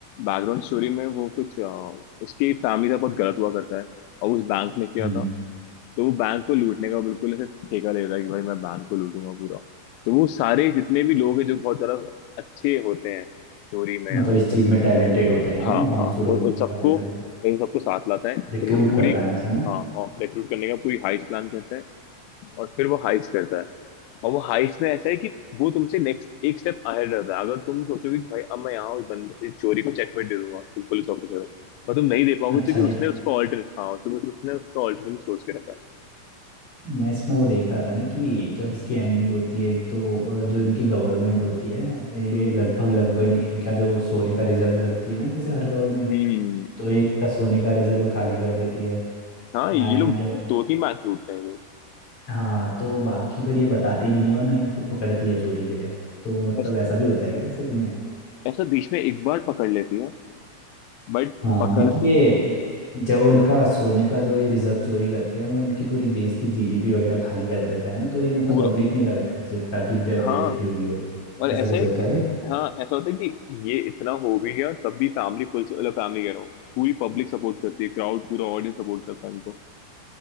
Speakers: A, on the left; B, on the left.
A: बैकग्राउंड स्टोरी में वो कुछ अ, उसकी फैमिली का बहुत गलत हुआ करता है और उस बैंक ने किया
B: हम्म
A: था तो वो बैंक को लूटने का बिल्कुल ऐसे ठेका ले रहा है कि भाई मैं बैंक को लूटूंगा पूरा तो वो सारे जितने भी लोग हैं जो बहुत ज्यादा अच्छे होते हैं स्टोरी में
B: मतलब
A: उन
B: इस चीज
A: सब
B: में टैलेंटेड होते हैं ना
A: हाँ
B: वो हाँ
A: हाँ
B: शुरू
A: उन
B: में तो
A: उन
B: दिखा
A: सबको
B: रहे थे वो
A: इन सबको साथ लाता है फिर
B: रिक्रूट
A: वो पूरी
B: करता है मतलब ना
A: हाँ रिक्रूट करने का पूरी हाइस्ट प्लान करता है और फिर वो हाइस्ट करता है और वो हाइस्ट में ऐसा है कि वो तुमसे नेक्स्ट एक स्टेप अहेड रहता है अगर तुम सोचोगे कि भाई अब मैं यहाँ उस बंदे इस चोरी को चेकमेट दे दूंगा तुम पुलिस ऑफिसर हो पर तुम नहीं दे पाओगे
B: अच्छा
A: क्योंकि उसने उसको ऑल्टरनेट हाँ तुम उसने उसको ऑल्टरनेट सोच के रखा है।
B: मैं इसमें वो देख रहा था ना कि जब इसकी एंडिंग होती है एक तो अ, जो इनकी गवर्नमेंट होती है ये
A: हम्म
B: लगभग लगभग इन- इनका जो सोने का रिजर्व रखती है ना जैसे हर गवर्नमेंट
A: हम्म,
B: तो ये इनका सोने का रिजर्व खाली कर देती है
A: हाँ
B: एंड
A: ये लोग दो तीन मैच लूटते हैं ये लोग
B: हाँ तो बाकी फिर ये बताती भी नहीं है और ना इनको पकड़ती है चोरी के लिए तो मतलब
A: ऐस-
B: ऐसा भी होता है क्या सही में
A: ऐसा बीच में एक बार पकड़ लेती है बट
B: हाँ
A: पकड़
B: मतलब ये जो इनका
A: हम्म,
B: सोने का जो ये रिजर्व चोरी करते हैं वो इनकी पूरी देश की जीडीपी वगैरह खाली कर देता है ना तो ये मतलब
A: पूरा
B: पब्लिक नहीं करते उससे ताकि बे- बेइज्जती
A: हाँ
B: होगी करके
A: और ऐसा
B: ऐसा कुछ
A: है
B: होता
A: कि
B: है क्या
A: हाँ ऐसा होता है कि ये इतना हो भी गया तब भी फैमिली पुलिस फैमिली कह रहा हूँ पूरी पब्लिक सपोर्ट करती है क्राउड पूरा ऑडियंस सपोर्ट करता है इनको